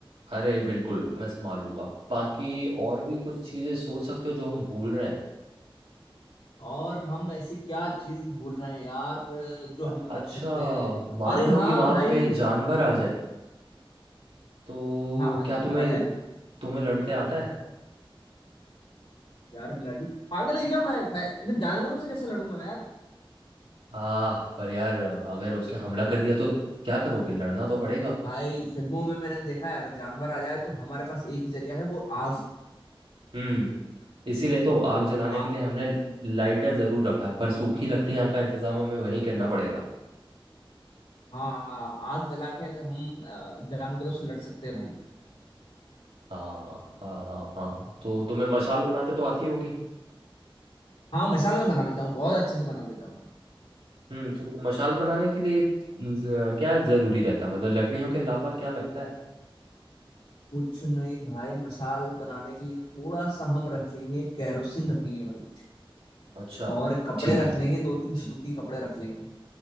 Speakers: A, on the right (about 80°); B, on the left (about 80°).
A: अरे बिल्कुल मैं संभाल लूंगा बाकी और भी कुछ चीजें सोच सकते हो जो हम भूल रहे हैं
B: और हम ऐसी क्या चीज भूल रहे हैं यार जो
A: अ-
B: हम
A: अच्छा
B: रख सकते हैं
A: मान
B: अरे
A: लो
B: हाँ
A: कि वहां
B: भाई
A: पे जानवर आ जाए तो
B: हाँ हाँ
A: क्या
B: जानवर
A: तुम्हें
B: आ जाए
A: तुम्हें लड़ते आता है
B: यार लड़ पागल है क्या मैं मैं मैं जानवरों से कैसे लड़ूंगा यार
A: आ पर यार अगर उसने हमला कर दिया तो क्या करोगे लड़ना तो पड़ेगा
B: लेकिन भाई फिल्मों में मैंने देखा है अगर जानवर आ जाए तो हमारे पास एक ही जरिया है वो आग
A: हम्म इसीलिए तो आग जलाने
B: आ,
A: के लिए हमने लाइटर जरूर रखा है पर सूखी लकड़ियाँ का इंतजाम हमें वहीं करना पड़ेगा
B: हाँ आग जला के अगर हम अ, जानवरों से लड़ सकते हैं भाई
A: हाँ हाँ हाँ हाँ तो तुम्हें मशाल बनाते तो आती होगी
B: हाँ मशाल में बना लेता हूँ बहुत अच्छे से बना लेता हूँ भाई
A: हम्म तो मशाल बनाने के लिए ज- क्या जरूरी रहता है मतलब लकड़ियों के अलावा क्या लगता है
B: कुछ नहीं भाई मशाल बनाने के लिए थोड़ा सा हम रखेंगे कैरोसिन रखेंगे भाई
A: अच्छा
B: और कपड़े
A: ठीक
B: रख
A: है
B: लेंगे दो तीन सूती कपड़े रख लेंगे